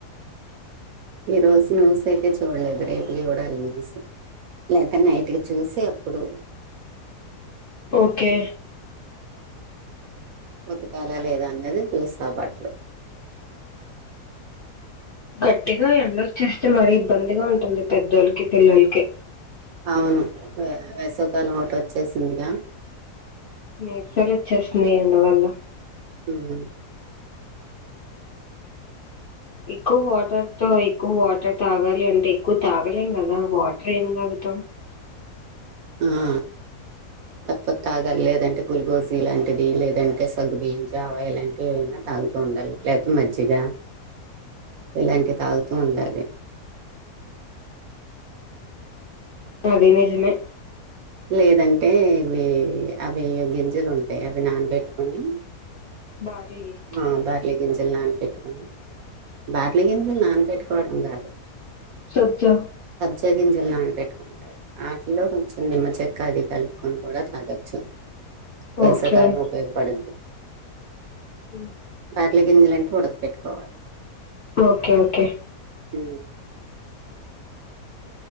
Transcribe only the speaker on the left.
ఓకే
గట్టిగా ఎండొచ్చేస్తే మరి ఇబ్బందిగా ఉంటుంది పెద్దోళ్లకి పిల్లలకి
నీరసాలు వచ్చేస్తున్నాయ్ ఎండ వల్ల
ఎక్కువ వాటర్ తో ఎక్కువ వాటర్ తాగాలి అంటే ఎక్కువ తాగలేం కదా వాటర్ ఏం త త్తం
అది నిజమే
బార్లీ
సబ్జా
ఓకే
మ్
ఓకే ఓకే